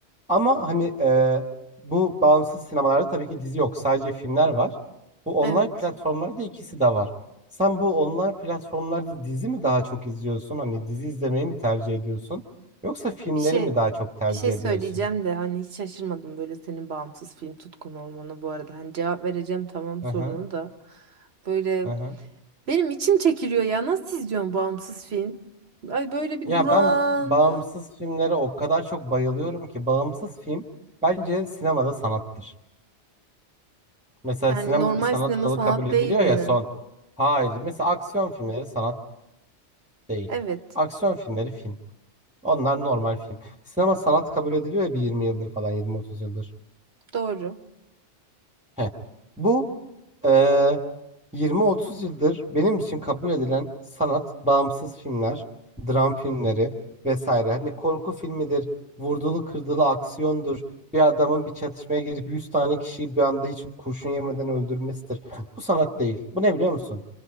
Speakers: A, in the centre; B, on the right (about 60°).
A: Ama hani e, bu bağımsız sinemalarda tabii ki dizi yok. Sadece filmler var. Bu
B: Evet.
A: online platformlarda ikisi de var. Sen bu online platformlarda dizi mi daha çok izliyorsun? Hani dizi izlemeyi mi tercih ediyorsun? Yoksa filmleri
B: Bir şey
A: mi daha çok tercih
B: bir şey söyleyeceğim
A: ediyorsun?
B: de hani hiç şaşırmadım böyle senin bağımsız film tutkun olmana bu arada. Hani cevap vereceğim tamam
A: Hı
B: sorunu
A: hı,
B: da. Böyle
A: hı hı.
B: benim içim çekiliyor ya. Nasıl izliyorsun bağımsız film? Ay böyle bir
A: Ya
B: duran.
A: ben bağımsız filmlere o kadar çok bayılıyorum ki bağımsız film bence sinemada sanattır. Mesela
B: Yani
A: sinema
B: normal
A: bir sanat
B: sinema
A: dalı
B: sanat
A: kabul ediliyor
B: değil mi?
A: ya son. Hayır. Mesela aksiyon filmleri sanat değil.
B: Evet,
A: Aksiyon filmleri film. Onlar normal film. Sinema sanat kabul ediliyor ya bir 20 yıldır falan 20-30 yıldır.
B: doğru.
A: Heh. Bu eee, 20-30 yıldır benim için kabul edilen sanat, bağımsız filmler, dram filmleri vesaire. Hani korku filmidir, vurdulu kırdılı aksiyondur. Bir adamın bir çatışmaya girip 100 tane kişiyi bir anda hiç kurşun yemeden öldürmesidir. Bu sanat değil. Bu ne biliyor musun?